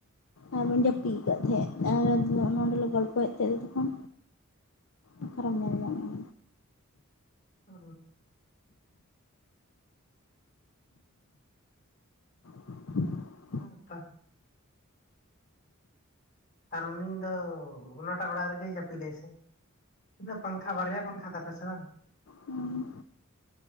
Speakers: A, on the left; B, on the left.
A: ᱟᱨ ᱵᱚᱱ ᱡᱟᱹᱯᱤᱫ ᱟᱠᱟᱫ ᱛᱟᱦᱮᱸᱫ ᱱᱚᱸᱰᱮᱞᱮ ᱜᱚᱞᱯᱚᱭᱮᱫ ᱛᱟᱦᱮᱸᱫ ᱛᱚᱠᱷᱚᱱ᱾ ᱚᱠᱟᱨᱮᱢ ᱧᱮᱞ ᱧᱟᱢᱮᱭᱟ?
B: ᱚ
A: <inaudible>
B: ᱦᱮ ᱛᱚ ᱟᱨ ᱩᱱᱤ ᱫᱚ ᱚᱱᱟᱴᱟᱜ ᱚᱲᱟᱜ ᱨᱮᱜᱮ ᱡᱟᱹᱯᱤᱫᱟᱭ ᱥᱮ? ᱛᱤᱱᱟᱹᱜ ᱯᱟᱝᱠᱷᱟ ᱵᱟᱨᱭᱟ ᱯᱟᱝᱠᱷᱟ ᱛᱟᱯᱮ ᱥᱮ ᱵᱟᱝ?
A: ᱦᱩᱸ